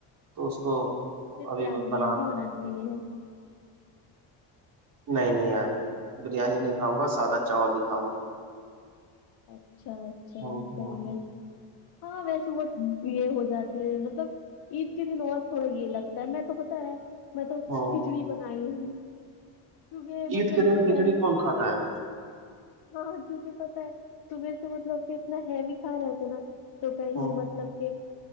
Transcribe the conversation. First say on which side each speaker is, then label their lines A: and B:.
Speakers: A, on the right; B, on the left.
A: تو اس کو
B: پھر
A: ابھی
B: کیا
A: میں
B: بریانی
A: بنا رہا
B: بنانے کا یہے ہے
A: نہیں نہیں یار بریانی نہیں کھاؤں گا سادہ چاول ہی کھاؤں گا
B: اچھا اچھا چیے
A: ہوں
B: طبیعت
A: ہوں
B: ہاں ویسے وہ یہ یہ ہو جاتے ہیں مطلب عید کے دن اور تھوڑا یہ لگتا ہے میں تو پتا ہے میں تو
A: ہوں
B: کھچڑی بنائی ہوں کیونکہ مطلب
A: عید کے
B: میرے
A: دن کھچڑی
B: گھر میں
A: کون کھاتا ہے
B: ہاں کیونکہ پتا ہے صبح سے مطلب کہ کتنا ہیوی کھا رہے تھ نا تو کہیں
A: ہوں
B: مطلب کہ